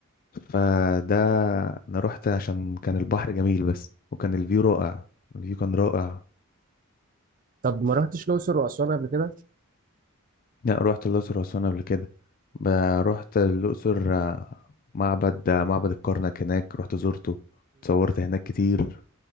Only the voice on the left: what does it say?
فده انا رحت عشان كان البحر جميل بس وكان الفيو رائع الفيو كان رائع
لا رحت الأقصر وأسوان قبل كده ب- رحت الأقصر آه، معبد آه، معبد الكرنك هناك رحت زرته اتصورت هناك كتير